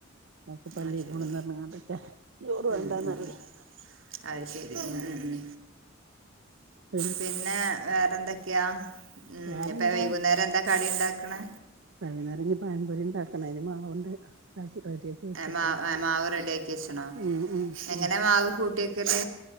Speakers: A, on the right; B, on the right.
A: നക്ക പള്ളി
B: അത് ശരി
A: പോണംന്നറിഞ്ഞിങ്ങണ്ടല്ലേ. ചോറ് വേണ്ടന്നറിയ്.
B: ഉം ഉം ഉം അത് ശരി ഉം ഉം ഉം
A: <inaudible>
B: പിന്നെ വേറെന്തോക്കെയാ?
A: വേറെന്താ
B: ഇപ്പൊ- വൈകുന്നേരം എന്താ കടി ഉണ്ടാക്കണ്?
A: വൈകുന്നേരം പായംപൊരി ഉണ്ടാക്കണം, അതിന്റെ മാവുണ്ട്. റെഡിയാക്കി വെച്ചിട്ട്
B: മാ.. മാവ് റെഡിയ ആക്കി വച്ചണോ,
A: ഉം ഉം
B: എങ്ങനെ
A: ഉം
B: മാവ് കൂട്ടിയക്കല്?